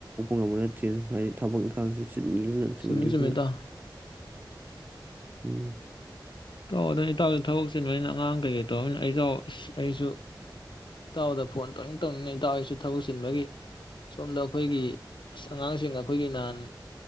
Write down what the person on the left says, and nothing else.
ꯆꯨꯝꯃꯤ ꯆꯨꯝꯃꯤ ꯏꯇꯥꯎ
ꯏꯇꯥꯎꯗ ꯏꯇꯥꯎꯗ ꯊꯕꯛ ꯆꯤꯟꯕꯅꯤꯅ ꯑꯉꯥꯡ ꯀꯩꯀꯩ ꯇꯧꯅꯤꯅ ꯑꯩ ꯏꯇꯥꯎ ꯑꯁ ꯑꯩꯁꯨ ꯏꯇꯥꯎꯗ ꯐꯣꯟ ꯇꯧꯅꯤꯡ ꯇꯧꯅꯤꯡꯅ ꯏꯇꯥꯎ ꯑꯩꯁꯨ ꯊꯕꯛ ꯆꯤꯟꯕꯒꯤ ꯁꯣꯝꯗ ꯑꯩꯈꯣꯏꯒꯤ ꯑꯁ ꯑꯉꯥꯡꯁꯤꯡ ꯑꯩꯈꯣꯏꯒꯤ ꯅꯍꯥꯟ